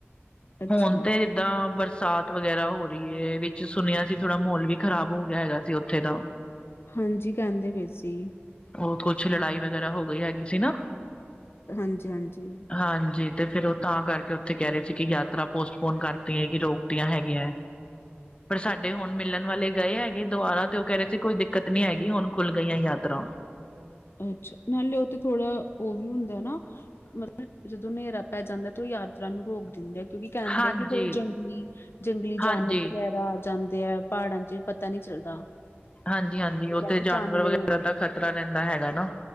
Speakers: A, on the left; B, on the left.
A: ਅੱਛਾ
B: ਹੁਣ ਤੇ ਤਾਂ ਬਰਸਾਤ ਵਗੈਰਾ ਹੋ ਰਹੀ ਐ। ਵਿੱਚ ਸੁਣਿਆ ਸੀ ਥੋੜਾ ਮਾਹੌਲ ਵੀ ਖ਼ਰਾਬ ਹੋ ਗਿਆ ਹੈਗਾ ਸੀ ਉੱਥੇ ਦਾ
A: ਹਾਂਜੀ ਕਹਿੰਦੇ ਪਏ ਸੀ।
B: ਓ ਕੁਛ ਲੜਾਈ ਵਗੈਰਾ ਹੋ ਗਈ ਹੈਗੀ ਸੀ ਨਾ।
A: ਹਾਂਜੀ-ਹਾਂਜੀ।
B: ਹਾਂਜੀ ਤੇ ਫੇਿਰ ਓ ਤਾਂ ਕਰਕੇ ਉੱਥੇ ਕਹਿ ਰਹੇ ਸੀ ਕਿ ਯਾਤਰਾ ਪੋਸਟਪੋਨ ਕਰਤੀ ਐ ਕਿ ਰੋਕਤੀਆਂ ਹੈਗੀਆਂ ਐ।
A: <inaudible>
B: ਪਰ ਸਾਡੇ ਹੁਣ ਮਿਲਣ ਵਾਲੇ ਗਏ ਹੈਗੇ ਦੁਬਾਰਾ ਤੇ ਉਹ ਕਹਿ ਰਹੇ ਸੀ ਕੋਈ ਦਿੱਕਤ ਨੀ ਹੈਗੀ। ਹੁਣ ਖੁੱਲ ਗਈਆਂ ਯਾਤਰਾਂ।
A: ਅੱਛਾ ਨਾਲੇ ਓ ਤੇ ਥੋੜਾ‌ ਓ ਵੀ ਹੁੰਦਾ ਨਾ ਮਤਲਬ ਜਦੋਂ ਨੇਰਾ ਪੈ ਜਾਂਦੈ ਤਾਂ ਉਹ ਯਾਤਰਾ ਨੂੰ ਰੋਕ ਦਿੰਦੇ ਆ। ਕਿਉਂਕਿ ਕਹਿੰਦੇ
B: ਹਾਂਜੀ
A: ਆ ਕਿ ਕੋਈ ਜੰਗਲੀ-ਜੰਗਲੀ
B: ਹਾਂਜੀ
A: ਜਾਨਵਰ ਵਗੈਰਾ ਜਾਂਦੇ ਐ ਪਹਾੜਾਂ ਚ ਪਤਾ ਨੀ ਚੱਲਦਾ।
B: ਹਾਂਜੀ-ਹਾਂਜੀ।
A: ਤੇ ਕਹਿੰਦੇ
B: ਉੱਥੇ ਜਾਨਵਰ
A: ਚਾਨਣੇ
B: ਵਗੈਰਾ ਦਾ ਖ਼ਤਰਾ ਰਹਿੰਦਾ ਹੈਗਾ ਨਾ।